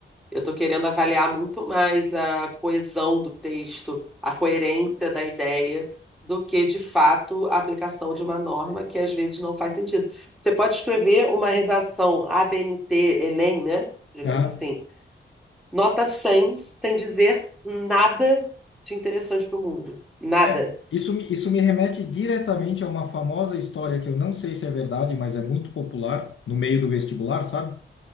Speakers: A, in the centre; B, on the left.
A: eu estou querendo avaliar muito mais a coesão do texto, a coerência da ideia, do que, de fato, a aplicação de uma norma que às vezes não faz sentido. Você pode escrever uma redação ABNT, Enem, né? Digamos
B: Aham.
A: assim Nota 100 sem dizer nada de interessante pro mundo. Nada.
B: É, isso me, isso me remete diretamente a uma famosa história que eu não sei se é verdade, mas é muito popular no meio do vestibular, sabe?